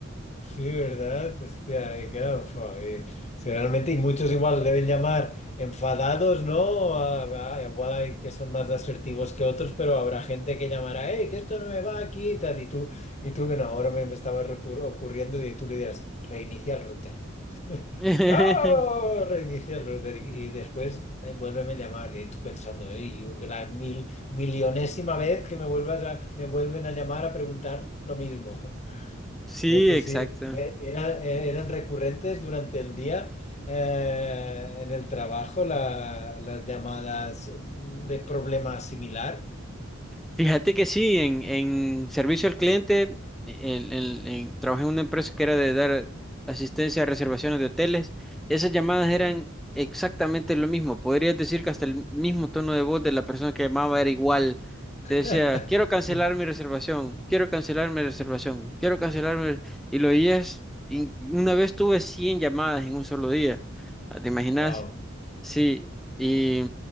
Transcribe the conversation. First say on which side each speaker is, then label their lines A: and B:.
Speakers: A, on the left; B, in the centre.
A: Sí, ¿verdad? Hostia, eh, claro, fua, eh, sí, realmente, y muchos igual deben llamar enfadados, ¿no? A- a- igual hay que son más asertivos que otros, pero habrá gente que llamará, hey, que esto no me va aquí y tal, y tú, y tú, bueno, ahora me, me estaba recur- ocurriendo y tú le dirás, reinicia el router.
B: <laughs>
A: ¡No! Reinicia el router y, y después eh, vuélveme a llamar y tú pensando, hey, yo- la mil, millonésima vez que me vuelvas a, me vuelven a llamar a preguntar lo mismo.
B: Sí,
A: No sé
B: exacto.
A: si eh, era- eh, eran recurrentes durante el día eh, en el trabajo la- las llamadas mm, de problema similar.
B: Fíjate que sí, en, en servicio al cliente, en- en- en- trabajé en una empresa que era de dar asistencia a reservaciones de hoteles. Esas llamadas
A: Sí.
B: eran exactamente lo mismo. Podrías decir que hasta el mismo tono de voz de la persona que llamaba era igual.
A: <laughs>
B: Te decía, quiero cancelar mi reservación, quiero cancelar mi reservación, quiero cancelar mi... Y lo oías, y una vez tuve 100 llamadas en un solo día. Ah, ¿Te imaginas?
A: Wow.
B: Sí, y...